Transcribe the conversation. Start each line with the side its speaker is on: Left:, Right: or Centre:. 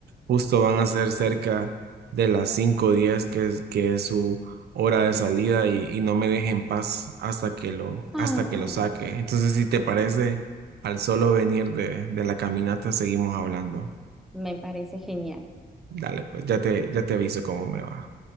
Right: justo van a ser cerca de las 5:10, que es, que es su hora de salida y, y no me deje en paz hasta que lo,
Centre: Ah,
Right: hasta que lo saque. Entonces, si te parece, al solo venir de, de la caminata, seguimos hablando.
Centre: me parece genial.
Right: Dale, pues ya te, ya te aviso cómo me va.